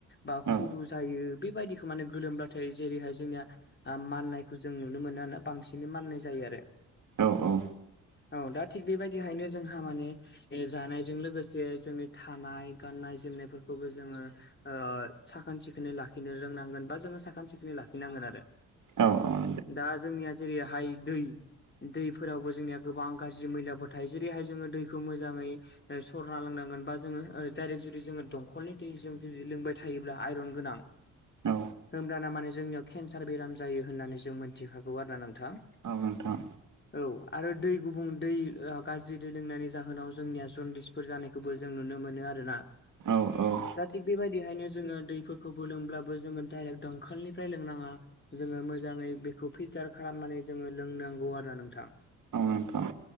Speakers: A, on the left; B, on the right.
A: बा
B: औ
A: खुरु
B: नोंथां औ
A: जायो। बेबायदिखौ माने गोलोमबाथाय जेरैहाय जोंनिया ओ माननायखौ जों नुनो मोनो आरो बांसिनै माननाय जायो आरो
B: औ औ
A: औ दा थिग बेबायदिहायनो जोंहा माने जानायजों लोगोसे जोंनि थानाय गाननाय जोमनायफोरखौबो जोङो ओ साखोन सिखोनै लाखिनो रोंनांगोन बा जोङो साखोन सिखोनै लाखिनांगोन आरो
B: औ औ नोंथां
A: दा जोंनिया जेरैहाय दै दैफोरावबो जोंनिया गोबां गाज्रि मैलाबो थायो जेरैहाय जोङो दैखौ मोजाङै सरना लोंनांगोन बा जोङो डाइरेक्ट जुदि जोङो दंखलनि दैजों जुदि लोंबाय थायोब्ला आइरन गोनां
B: औ
A: होमब्लाना माने जोंनियाव केन्सार बेराम जायो होननानै जों मोनथिखागौ आरो ना नोंथां
B: औ नोंथां
A: औ आरो दै गुबुं दै गाज्रि दै लोंनायनि जाहोनाव जोंनिया जनडिस फोर जानायखौबो जों नुनो मोनो आरोना।
B: औ औ
A: दा थिग बेबायदिहायनो जोङो दैफोरखौबो लोंब्लाबो जोङो डाइरेक्ट दंखलनिफ्राय लोंनाङा जोङो मोजाङै बेखौ फिल्टार खालामनानै जोङो लोंनांगौ आरो ना नोंथां
B: औ नोंथां